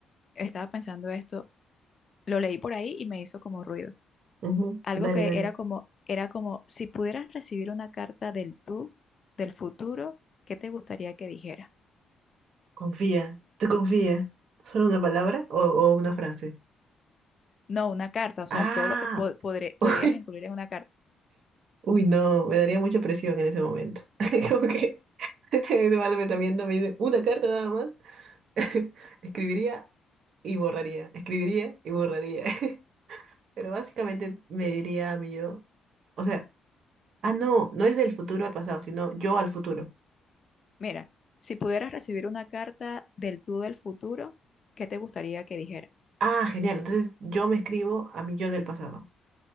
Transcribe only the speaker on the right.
Ujú.
Dale,
dale.
Confía. Tú confía. ¿Solo una palabra o, o una frase?
Ah.
<laughs> Uy.
Uy, no. Me daría mucha presión en ese momento. <laughs> Como que <laughs> este me viendo, me dice una carta nada más. <laughs> Escribiría y borraría. Escribiría y borraría. <laughs> Pero básicamente me diría a mí yo. O sea. Ah, no, no es del futuro al pasado, sino yo al futuro.
Ah, genial. Entonces yo me escribo a mi yo del pasado.